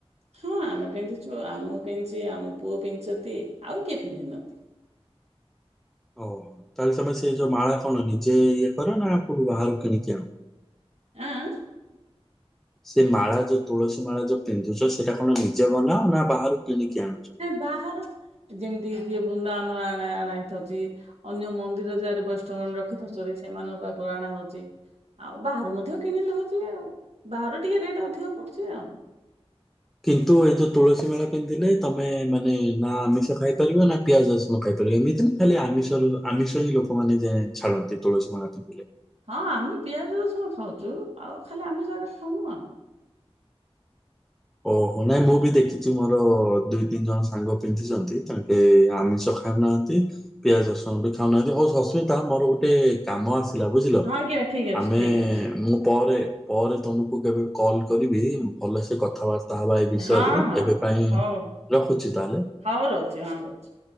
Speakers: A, on the right; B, in the centre.
A: ହଁ ଆମେ ପିନ୍ଧିଛୁ, ଆଉ ମୁଁ ପିନ୍ଧିଛି ଆମ ପୁଅ ପିନ୍ଧିଛନ୍ତି, ଆଉ କିଏ ପିନ୍ଧିନାହାନ୍ତି।
B: ଓ ତାହେଲେ ତମେ ସେ ଯୋଉ ମାଳ କଣ, ନିଜେ ଇଏ କର ନା କୋଠୁ ବାହାରୁକୁ କିଣିକି ଆଣ।
A: ଆଁ
B: ସେ ମାଳ ଯୋଉ, ତୁଳସୀ ମାଳା ଯୋଉ ପିନ୍ଧୁଛ, ସେଇଟା କଣ ନିଜେ ବନାଅ, ନା ବାହାରୁ କିଣିକି ଆଣ।
A: ବାହାରୁ ଯେମିତି ଯିଏ ବୃନ୍ଦାବନ ଆଣା ହେଇଥାଉଛି, ଅନ୍ୟ ମନ୍ଦିର ଯାଏ ବୈଷ୍ଣବ ରଖିଥାଉଛନ୍ତି, ସେମାନଙ୍କ ପାଖରୁ ଅଣାହଉଛି। ଆଉ ବାହାରୁ ମଧ୍ୟ କିଣିଲେ ହଉଛି ଆଉ ବାହାରୁ ଟିକେ ରେଟ୍ ଅଧିକ ପଡୁଛି ଆଉ।
B: କିନ୍ତୁ ଏ ଯୋଉ ତୁଳସୀ ମାଳା ପିନ୍ଧିଲେ, ତମେ ମାନେ ନା ଆମିଷ ଖାଇପାରିବ ନା ପିଆଜ ରସୁଣ। ଖାଇପାରବେ, ଏମିତି ନା ଖାଲି ଆମିଷ ଆମିଷ ହିଁ ଲୋକମାନେ ଯେ ଛାଡନ୍ତି ତୁଳସୀ ମାଳା ପିନ୍ଧିଲେ।
A: ହଁ ଆମେ ପିଆଜ, ରସୁଣ ଖାଉଛୁ, ଆଉ ଖାଲି ଆମିଷ ଜାହା ଖାଉନୁ ଆଉ।
B: ଓହୋ ନାଇଁ ମୁଁ ବି ଦେଖିଛି ମୋର ଦୁଇ ତିନି ଜଣ ସାଙ୍ଗ ପିନ୍ଧିଛନ୍ତି ତାଙ୍କେ ଆମିଷ ଖାଉନାହାନ୍ତି ପିଆଜ, ରସୁଣ ବି ଖାଉନାହାନ୍ତି ହଉ ଅସ୍ମିତା ମୋର ଗୋଟେ କାମ ଆସିଲା ବୁଝିଲ,
A: ହଁ ଆଜ୍ଞା ଠିକ୍ ଅଛି
B: ଆମେ
A: ଠିକ୍ ଅଛି
B: ମୁଁ ପରେ ପରେ ତମକୁ କେବେ କଲ୍ କରିବି, ଭଲସେ କଥାହବା। ଥାଉ ଏ ବିଷୟରେ
A: ହଁ ହଁ
B: ଏବେ ପାଇଁ
A: ହଉ
B: ରଖୁଛି ତାହେଲେ।
A: ହଉ ରହୁଛି ହଁ ରହୁଛି।